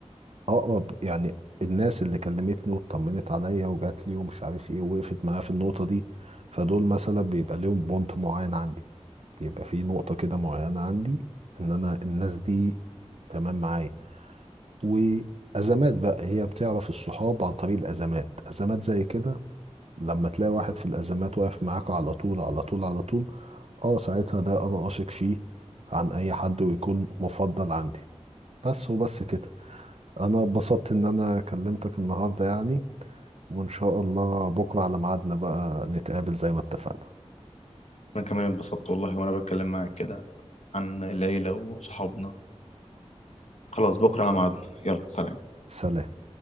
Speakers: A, on the right (about 65°); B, on the left (about 70°).
A: اقرب يعني الناس اللي كلمتني واطمنت عليا وجات لي ومش عارف ايه ووقفت معايا في النقطه دي فدول مثلا بيبقى ليهم بونت معين عندي بيبقى في نقطه كده معينه عندي ان انا الناس دي تمام معايا وازمات بقى هي بتعرف الصحاب عن طريق الازمات ازمات زي كده لما تلاقي واحد في الأزمات واقف معاك على طول على طول على طول اه ساعتها ده أنا أثق فيه عن أي حد ويكون مفضل عندي بس وبس كده أنا اتبسطت إن أنا كلمتك النهاردة يعني وإن شاء الله بكرة على ميعادنا بقى نتقابل زي ما اتفقنا
B: انا كمان اتبسطت والله وانا بتكلم معاك كده عن العيلة واصحابنا خلاص بكرة على ميعادنا يلا سلام
A: سلام